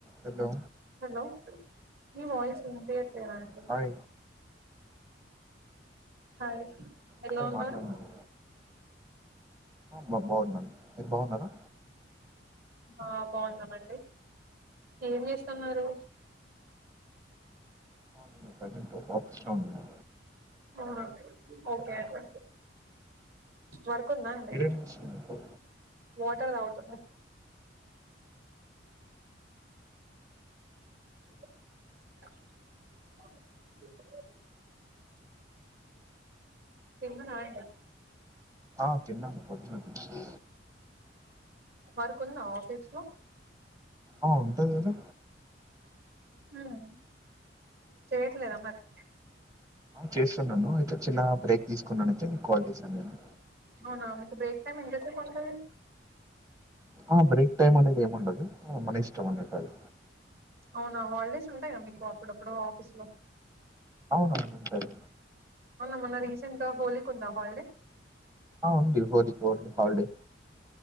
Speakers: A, on the right (about 20°); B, on the right (about 60°).
A: Hello
B: hello మీ voice వినిపియట్లేదండి
A: hi
B: hi ఎలా
A: సరే
B: ఉన్నారు
A: మాట్లాడండి బా బాగున్నాను మీరు బాగున్నారా
B: ఆ బాగున్నామండి ఏం చేస్తున్నారు
A: ఆ నేను ప్రజెంట్ ఆఫీస్ లో ఉన్నా
B: ఆహా ఓకే అండీ వర్క్ ఉందా అండి
A: మీరేం చేస్తున్నారు
B: వాట్ ఎక్కడ తాగుతున్నావ్ <inaudible> పెన్ రాయాళ్ళ
A: ఆ తిన్నను పొద్దున కొంచం
B: వర్కు ఉందా ఆఫీస్ లో
A: ఆ ఉంటది కదా
B: హ్మ్ చేయట్లేద మరి
A: చేస్తున్నాను అయితే చిన్న బ్రేక్ తీసుకున్నాను అయితే కాల్ చేశాను నేను
B: అవునా మీకు బ్రేక్ టైమ్ ఎంతసేపు ఉంటది
A: ఆ బ్రేక్ టైమ్ అనేది ఏము ఉండదు మన ఇష్టం అండి టైమ్
B: అవునా హాలిడేస్ ఉంటాయా మీకు అప్పుడప్పుడు ఆఫీస్ లో
A: అవును అండి ఉంటాయి
B: అవున మొన్న రీసెంట్ గా హోలీ కి ఉందా హాలిడే
A: ఆ ఉంది హోలీ రోజు హాలిడే